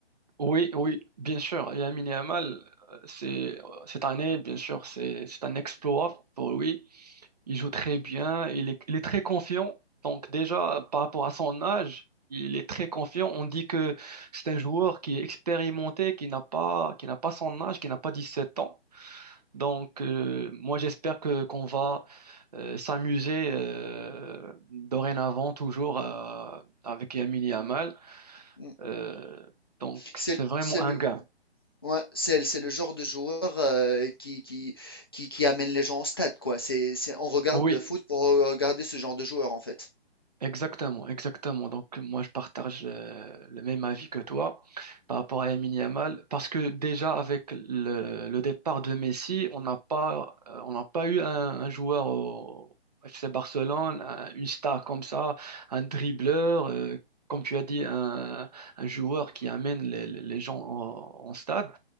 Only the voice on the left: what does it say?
Mm.
C'est,
le-
c'est
le,
ouais, c'est, c'est le genre de joueur euh, qui, qui, qui, qui amène les gens au stade, quoi. C'est, c'est, on regarde
le foot pour regarder ce genre de joueur, en fait.